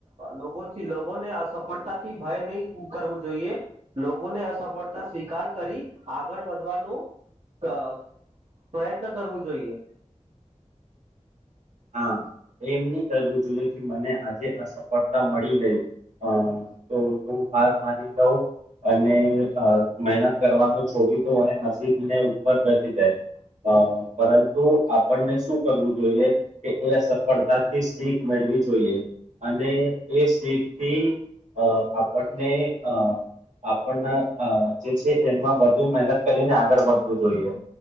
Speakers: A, on the right; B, on the right.
A: લોકોથી લોકોને અસફળતાથી ભય નહી કરવું જોઈએ લોકોને અસફળતા સ્વીકાર કરી આગળ વધવાનું ક પ્રયત્ન કરવું જોઈએ.
B: હા, એમની કરવું જોઈએ કે મને આજે અસફળતા મળી ગઈ. હા, તો હું હાર માની લઉં? અને મહેનત કરવાનો છોડી દવ અને નસીબ ને ઉપર કરી દે અહ પરંતુ આપણને શું કરવું જોઈએ કે એ સફળતાથી શીખ મેળવી જોઈએ અને એ શીખથી અહ આપણને અહ આપણને અહ જે છે એમાં વધુ મહેનત કરીને આગળ વધવું જોઈએ